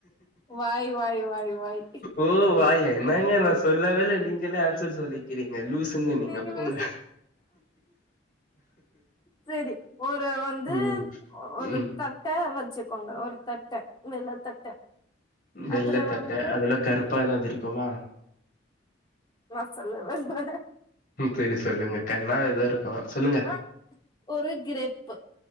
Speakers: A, on the left; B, on the left.
A: வாய் வாய் வாய் வாய்
B: ஓ வாயா என்னாங்க நா சொல்லவே இல்ல நீங்களே ஆன்சர் சொல்லி கிறிங்க லூசுங்க நீங்க
A: நீங்களே
B: போங்க
A: சேரி ஒரு வந்து
B: ம்
A: ஒரு
B: ம்
A: த ட்ட வச்சுக்கோங்க ஒரு தட்ட வெள்ள தட்ட
B: வெள்ளதட்ட
A: அதுல வந்து
B: அதுல கருப்பா ஏதாவது இருக்குமா
A: நா சொல்லவேல்ல
B: சரி சொல்லுங்க கண்ணா எதா இருக்கு சொல்லுங்க
A: ஆ ஒரு கிரிப்பு